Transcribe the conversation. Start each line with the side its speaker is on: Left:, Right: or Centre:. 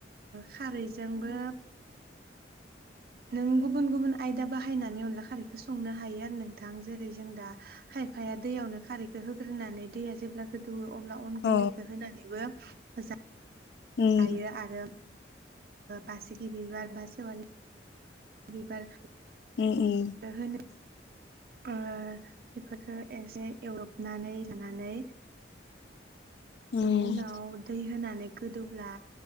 Right: खारैजोंबो नों गुबुन गुबुन आयदा बाहायनानै अनला खारैखौ संनो हायो आरो नोंथां जेरै जों दा खायफाया दैयावनो खारैखौ होग्रोनानै दैया जेब्ला गोदौ अब्ला अन गुन्दैखौ
Left: औ
Right: होनानैबो <unintelligible>
Left: उम
Right: जायो आरो बासिकि बिबार बा सेवालि बिबार
Left: उम उम
Right: होनो ओ बेफोरखो एसे एवदबनानै लानानै
Left: उम
Right: बिनि उनाव दै होनानै गोदौब्ला